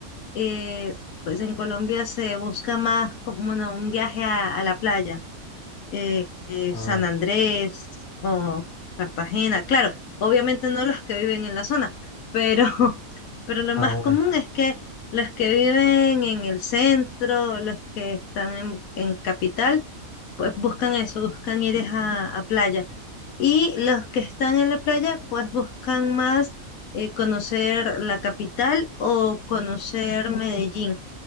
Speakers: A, on the left; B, on the left.
A: eh, pues en Colombia se busca más como bueno, un viaje a, a la playa, eh, eh,
B: Ah,
A: San Andrés o Cartagena. Claro, obviamente no los que viven en la zona, pero <laughs> pero lo
B: ah,
A: más
B: bueno.
A: común es que los que viven en el centro, los que están en, en capital, pues buscan eso, buscan ir es a, a playa. Y los que están en la playa, pues buscan más eh, conocer la capital o conocer Medellín, o